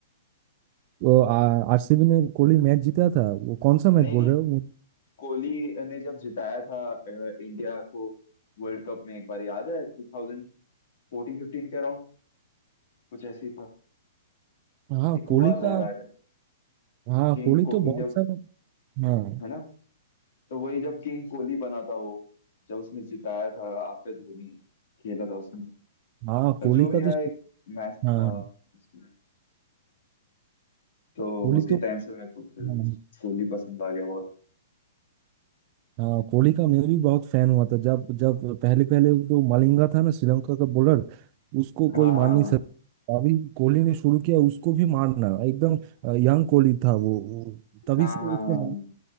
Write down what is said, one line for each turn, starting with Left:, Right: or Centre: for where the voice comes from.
Right: वो आरसीबी ने कोहली मैच जीता था वो कौन सा मैच
Left: नहीं
Right: बोल
Left: नहीं
Right: रहे हो वो-
Left: कोहली ने जब जिताया था अ, इंडिया को वर्ल्ड कप में एक बार याद है टू फोर्टीन फिफ्टीन के अराउंड कुछ ऐसे ही था
Right: हाँ
Left: एक
Right: कोहली
Left: हुआ था
Right: का
Left: यार
Right: हाँ
Left: किंग
Right: कोहली
Left: कोहली
Right: तो बहुत
Left: जब
Right: सारा हाँ
Left: है ना तो वही जब किंग कोहली बना था वो जब उसने जिताया था आप पे धोनी खेला था उसने
Right: हाँ
Left: अब
Right: कोहली
Left: जो भी
Right: का
Left: है
Right: तो
Left: एक मैच था
Right: हाँ
Left: उसमें तो
Right: कोहली
Left: उसके
Right: तो
Left: टाइम से मेरे को फिर
Right: हाँ
Left: कोहली पसंद आ गया बहुत
Right: हाँ, कोहली का मैं भी बहुत फैन हुआ था जब जब पहले पहले जो मलिंगा था ना श्रीलंका का बॉलर उसको
Left: हाँ
Right: कोई
Left: हाँ
Right: मार नहीं
Left: हाँ
Right: सकता अभी कोहली ने शुरू किया उसको भी मारना एकदम यंग कोहली था वो वो तभी
Left: हाँ
Right: से
Left: हाँ
Right: उसने
Left: हाँ